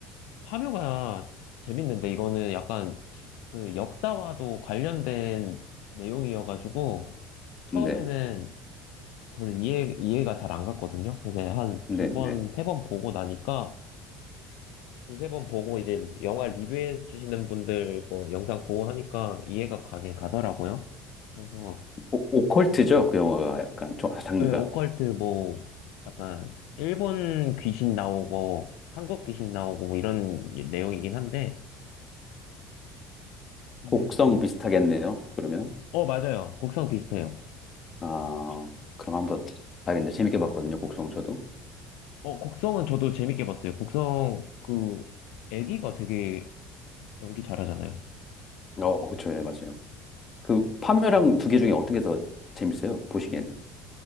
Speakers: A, on the left; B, on the left.
A: 파묘가 재밌는데 이거는 약간 그 역사와도 관련된 내용이어가지고 처음에는
B: 네,
A: 저는 이해, 이해가 잘 안 갔거든요. 근데 한
B: 네,
A: 두 번,
B: 네.
A: 세 번 보고 나니까 두세 번 보고 이제 영화 리뷰해 주시는 분들 거 영상 보고 하니까 이해가 가긴 가더라고요. 그래서
B: 오, 오컬트죠? 그 영화가 약간 저- 장르가.
A: 네, 오컬트 뭐 약간 일본 귀신 나오고 한국 귀신 나오고 뭐 이런 내용이긴 한데 근데
B: 곡성
A: 이제 또
B: 비슷하겠네요. 그러면
A: 어 맞아요 곡성 비슷해요
B: 아 그럼 한번 봐야겠네요. 재밌게 봤거든요. 곡성 저도.
A: 어 곡성은 저도 재밌게 봤어요 곡성 그 애기가 되게 연기 잘하잖아요
B: 어 그쵸 예 맞아요. 그 파묘랑
A: 음.
B: 두 개 중에 어떤 게 더 재밌어요? 보시기에는.